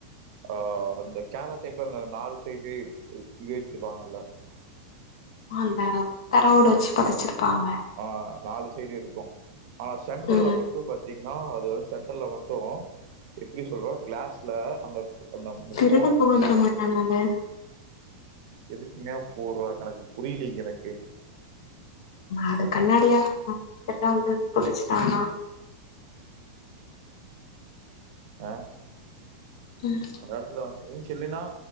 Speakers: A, on the right; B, on the left.
A: ஆ அந்த கேரள த்தைப்ல அந்த நாலு சைடு இது வெச்சிருப்பாங்கல்ல
B: வந்தனா தரயோட வச்சு பொதச்சிருப்பாங்க
A: ஆ நாலு சைடு இருக்கு ஆனா சென்ட்ரல்ல
B: ம்
A: மட்டு ப திங்னா அது வந்து சென்டர்ல மட்டு எப்டி சொல்ற கிளாஸ்ல அந்த அந்த முக்கோணம்
B: சிறகல் போக விட மாட்டானங்க
A: எதுக்குங்க போர்றோ கணக்கு புரிலிங் எனக்கு
B: அது கண்ணாடியா <inaudible> வந்து <inaudible> வந்து புடிச்சுட்டானா
A: ஆ <unintelligible>
B: ம்
A: இதுல வந்து எது சொல்லினா